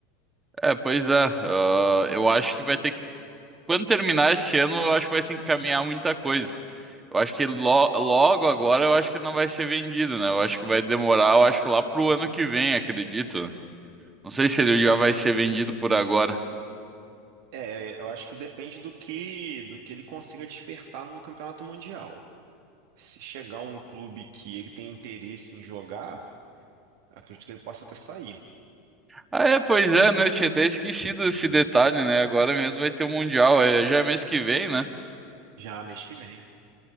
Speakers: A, on the right; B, on the right.
A: é, pois é. Ah, eu acho que vai ter que. Quando terminar esse ano, eu acho que vai se encaminhar muita coisa. Eu acho que lo- logo agora eu acho que não vai ser vendido, né? Eu acho que vai demorar, eu acho que lá pro ano que vem, acredito. né? Não sei se ele já vai ser vendido por agora.
B: É, eu acho que depende do que do que ele consiga despertar no Campeonato Mundial. Se chegar um clube que ele tem interesse em jogar, acredito que ele possa até sair.
A: Ah, é, pois é, né? Eu tinha até esquecido desse detalhe, né? Agora mesmo vai ter o Mundial, é, já é mês que vem, né?
B: Já mês que vem.